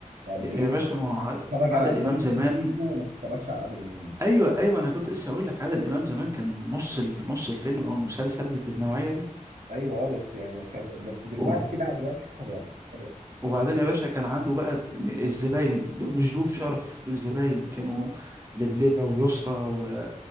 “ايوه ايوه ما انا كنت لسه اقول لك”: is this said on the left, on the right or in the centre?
Right